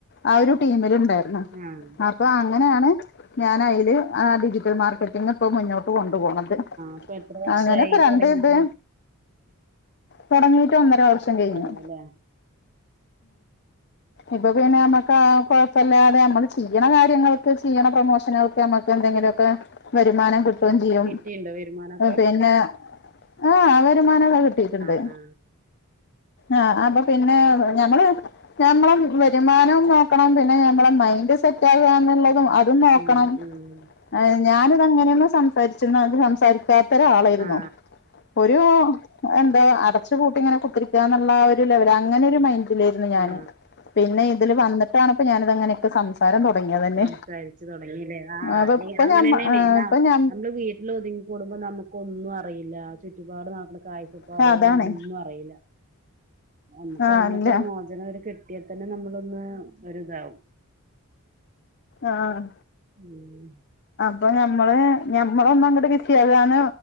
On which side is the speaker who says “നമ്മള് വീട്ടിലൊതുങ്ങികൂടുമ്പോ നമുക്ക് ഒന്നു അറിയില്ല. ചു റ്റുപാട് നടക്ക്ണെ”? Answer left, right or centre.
Right